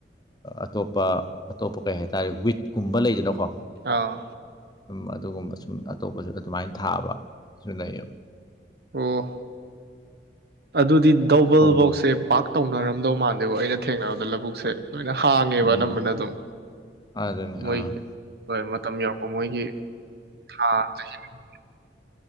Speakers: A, on the left; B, on the right.
A: ꯑꯇꯣꯞꯄ ꯑꯇꯣꯞꯄ ꯀꯩ ꯍꯥꯏꯇꯥꯔꯦ ꯋꯤꯠꯀꯨꯝꯕ ꯂꯩꯗꯅꯀꯣ
B: ꯑꯥ
A: ꯎꯝ ꯑꯗꯨꯒꯨꯝꯕ ꯁꯨꯝ ꯑꯇꯣꯞꯄꯁꯨ ꯑꯗꯨꯃꯥꯏꯅ ꯊꯥꯕꯁꯨ ꯂꯩꯌꯦꯕ
B: ꯑꯣ ꯑꯗꯨꯗꯤ ꯇꯧꯕꯜꯚꯧꯁꯦ
A: ꯐꯧꯒꯤ ꯃꯍꯨꯠ
B: ꯄꯥꯛ ꯇꯧꯅꯔꯝꯗꯧ ꯃꯥꯟꯗꯦꯕꯨ ꯑꯩꯅ ꯊꯦꯡꯅꯕꯗ ꯂꯧꯕꯨꯛꯁꯦ ꯂꯣꯏꯅ ꯍꯥꯡꯉꯦꯕ
A: ꯎꯝ
B: ꯑꯅꯝꯕꯅ ꯑꯗꯨꯝ
A: ꯑꯗꯨꯅꯤ
B: ꯃꯣꯏꯒꯤ
A: ꯑꯥ
B: ꯍꯣꯏ ꯃꯇꯝ ꯌꯧꯔꯛꯄ ꯃꯣꯏꯒꯤ ꯊꯥ ꯆꯍꯤ